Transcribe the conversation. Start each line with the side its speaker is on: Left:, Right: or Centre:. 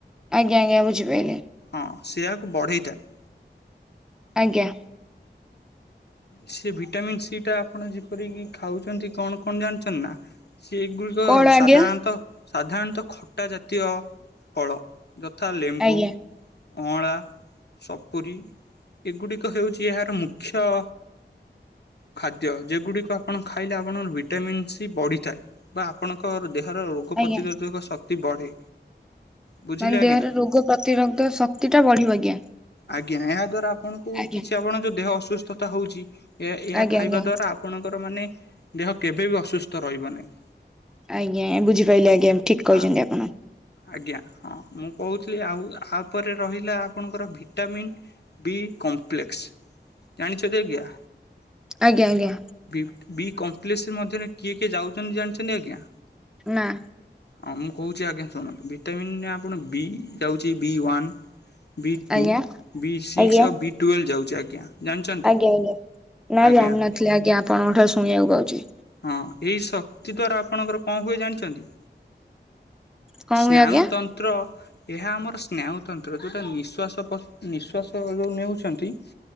Centre: ଆଜ୍ଞା ଆଜ୍ଞା ବୁଝି ପାଇଲି।
Left: ହଁ ସେଇଆକୁ ବଢ଼େଇଥାଏ।
Centre: ଆଜ୍ଞା।
Left: ସେ ଭିଟାମିନ୍ ସିଟା ଆପଣ ଯେପରିକି ଖାଉଛନ୍ତି କଣ କଣ ଜାଣିଛନ୍ତି ନା? ସେଗୁଡ଼ିକ
Centre: କଣ ଆଜ୍ଞା
Left: ସାଧାରଣତଃ ସାଧାରଣତଃ ଖଟା ଜାତୀୟ ଫଳ ଯଥା ଲେମ୍ବୁ
Centre: ଆଜ୍ଞା।
Left: ଅଁଳା, ସପୁରୀ ଏଗୁଡ଼ିକ ହେଉଛି ଏହାର ମୁ ଖ୍ୟ ଖାଦ୍ୟ ଯେଗୁଡ଼ିକ ଆପଣ ଖାଇଲେ ଆପଣଙ୍କର ଭିଟାମିନ୍ ସି ବଢ଼ିଥାଏ। ବା ଆପଣଙ୍କ ଦେହର ରୋଗ
Centre: ଆଜ୍ଞା
Left: ପ୍ରତିରୋଧକ ଶକ୍ତି ବଢ଼େ। ବୁଝିଲେ
Centre: ମାନେ ଦେହରେ
Left: ଆଜ୍ଞା।
Centre: ରୋଗ ପ୍ରତିରୋଧକ ଶକ୍ତିଟା ବଢିବ ଆଜ୍ଞା।
Left: ଆଜ୍ଞା। ଏହା ଦ୍ଵାରା ଆପଣଙ୍କୁ
Centre: ଆଜ୍ଞା।
Left: କିଛି ଆପଣଙ୍କ ଯୋଉ ଦେହ ଅସୁସ୍ଥତା ହଉଛି, ଏ ଏହା
Centre: ଆଜ୍ଞା
Left: ଖାଇବା
Centre: ଆଜ୍ଞା
Left: ଦ୍ଵାରା ଆ ଆପଣଙ୍କର ମାନେ ଦେହ କେବେ ବି ଅସୁସ୍ଥ ରହିବ ନାହିଁ।
Centre: ଆଜ୍ଞା। ବୁଝି ପାଇଲି ଆଜ୍ଞା ଠିକ୍
Left: ହଁ
Centre: କହିଛନ୍ତି ଆପଣ।
Left: ଆଜ୍ଞା, ହଁ ମୁଁ କହୁଥିଲି ଆଉ ଆପରେ ରହିଲା ଆପଣଙ୍କର ଭିଟାମିନ୍ ବି କମ୍ପ୍ଲେକ୍ସ ଜାଣିଛନ୍ତି ଆଜ୍ଞା?
Centre: ଆଜ୍ଞା ଆଜ୍ଞା।
Left: ବି ବି କମ୍ପ୍ଲେକ୍ସ ମଧ୍ୟରେ କିଏ କିଏ ଯାଉଛନ୍ତି ଜାଣିଛନ୍ତି ଆଜ୍ଞା?
Centre: ନାଁ।
Left: ହଁ ମୁଁ କହୁଛି ଆଜ୍ଞା ଶୁଣନ୍ତୁ ଭିଟାମିନ୍ ଆପଣ ବି ଯାଉଛି ବି ୱାନ୍ ବି
Centre: ଆଜ୍ଞା
Left: ଟୁ, ବି ସିକ୍ସ,
Centre: ଆଜ୍ଞା
Left: ଆଉ ବି ଟୁଏଲ ଯାଉଚି ଆଜ୍ଞା। ଜାଣିଛନ୍ତି
Centre: ଆଜ୍ଞା ଆଜ୍ଞା ନା
Left: ଆଜ୍ଞା
Centre: ଜାଣିନଥିଲି ଆଜ୍ଞା ଆପଣଙ୍କ ଠାରୁ ଶୁଣିଆକୁ ପାଉଚି।
Left: ହଁ ଏଇ ଶକ୍ତି ଦ୍ଵାରା ଆପଣଙ୍କର କଣ ହୁଏ ଜାଣିଚନ୍ତି?
Centre: କଣ
Left: ସ୍ନାୟୁ
Centre: ହୁଏ ଆଜ୍ଞା
Left: ତନ୍ତ୍ର ଏହା ଆମର ସ୍ନାୟୁତନ୍ତ୍ର ଯୋଉଟା ନିଶ୍ଵାସ ପସ ନିଃଶ୍ଵାସ ଯୋଉ ନେଉଚନ୍ତି।